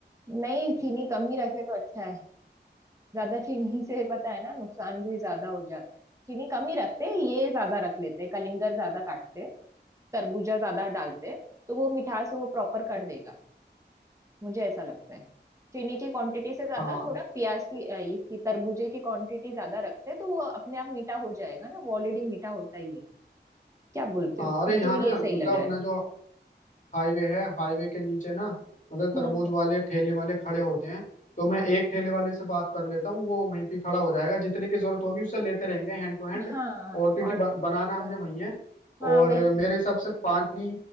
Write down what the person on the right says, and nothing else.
नहीं चीनी कम ही रखे तो अच्छा ज्यादा चीनी से पता है ना नुकसान भी ज्यादा हो जाता है चीनी कम ही रखते हैं ये ज्यादा रख लेते हैं कलिंगर ज्यादा काटते हैं तरबूजा ज्यादा डालते हैं तो वो मिठास वो प्रॉपर कर देगा मुझे ऐसा लगता है चीनी की क्वांटिटी से ज्यादा
थोड़ा प्याज की अ, इसकी तरबूजे की क्वांटिटी ज्यादा रखते हैं तो वो अपने आप मीठा हो जाएगा ना वो ऑलरेडी मीठा होता ही है क्या बोलते
हो
मुझे
ये
सही
लग रहा
है
हम्म हम्म,
अच्छा
हाँ
और
कर सकते
हैं। हाँ
वही